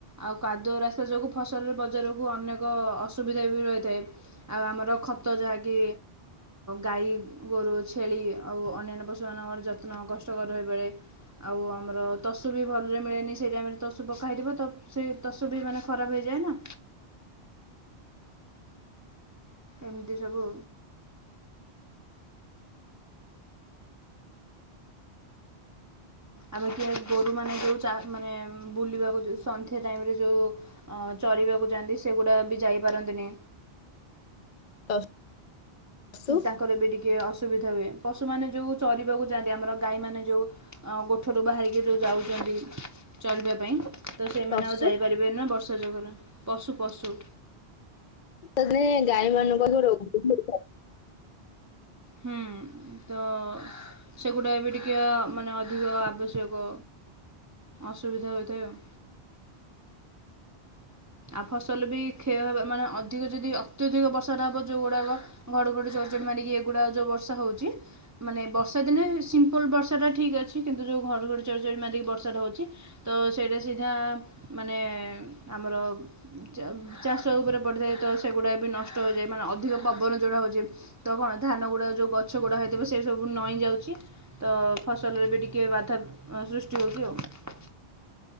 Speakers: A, on the right; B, on the left.
A: ଆଉ କାଦୁଅ ରାସ୍ତା ଯୋଗୁଁ ଫସଲରେ ବଜାରକୁ ଅନେକ ଅସୁବିଧା ବି ରହିଥାଏ। ଆଉ ଆମର ଖତ ଯାହାକି ଗାଈ, ଗୋରୁ ଛେଳି ଆଉ ଅନ୍ୟନ୍ୟା ପଶୁମାନଙ୍କର ଯତ୍ନ କଷ୍ଟକର ହେଇପାରେ। ଆଉ ଆମର ତଷୁ ବି ଭଲରେ ମିଳେନି ସେଇ ଟାଇମରେ ତଷୁ ପକା ହେଇଥିବ ତ ସେ ତଶୁ ବି ମାନେ ଖରାପ ହେଇଯାଏ ନା ଏମିତି ସବୁ ଆମ କିଆରି ଗୋରୁମାନେ ଯୋଉ ଚା ମାନେ ବୁଲିବାକୁ ଯୋଉ ସନ୍ଧ୍ୟା ଟାଇମରେ ଯୋଉ ଅ ଚରିବାକୁ ଯାଆନ୍ତି, ସେଗୁଡାକ ବି ଯାଇପାରନ୍ତିନି
B: <unintelligible> ତସୁ
A: ତାଙ୍କର ବି ଟିକେ ଅସୁବିଧା ହୁଏ, ପଶୁମାନେ ଯୋଉ ଚରିବାକୁ ଯା ଆମର ଗାଈମାନେ ଯୋଉ ଗୋଠରୁ ବାହାରିକି ଯୋଉ ଯାଉଚନ୍ତି ଚରିବାପାଇଁ ତ ସେମାନେ
B: ତସୁ
A: ଆଉ ଯାଇପାରିବେନି ନା ବର୍ଷା ଯୋଗରୁ ପଶୁ ପଶୁ
B: ତା ଗାଈ ମାନଙ୍କ ପାଖରୁ <unintelligible>
A: ହୁଁ - ତ- ସେଗୁଡ଼ାକ ବି ଟିକିଏ ମାନେ ଅଧିକ ଆବଶ୍ୟକ ଅସୁବିଧା ହୋଇଥାଏ ଆଉ ଆଉ ଫସଲ ବି କ୍ଷୟ ହେ ମାନେ ଅଧିକ ଯଦି ଅତ୍ୟଧିକ ବର୍ଷାଟା ହବ ଯୋଉଗୁଡାକ ଘଡଘଡି <unintelligible> ମାରି କି ଏଗୁଡା ଯୋଉ ବର୍ଷା ହଉଛି ମାନେ ବର୍ଷା ଦିନେ ସିମ୍ପୁଲ୍ ବର୍ଷାଟା ଠିକ୍ ଅଛି କିନ୍ତୁ ଯୋଉ ଘଡଘଡ଼ି ଚଡ଼ଚଡ଼ି ମାରିକି ବର୍ଷାଟା ହେଉଛି ତ ସେଇଟା ସିଏ ଯାହା ମାନେ ଆମର ଉ ଚା-ଚାଷ ଉପରେ ପଡ଼ିଥାଏ ତ ସେଗୁଡ଼ାକ ବି ନଷ୍ଟ ହୋଇଯାଏ ମାନେ ଅଧିକ ପବନ ଯୋଉଟା ହଉଛି ତ କଣ ଧାନ ଗୁଡାକ ଯୋଉ ଗଛ ଗୁଡା ହେଇଥିବ ସେ ସବୁ ନଇଁ ଯାଉଛି। ତ ଫସଲରେ ବି ଟିକିଏ ବାଧା ଅଁ ସୃଷ୍ଟି ହଉଚି ଆଉ।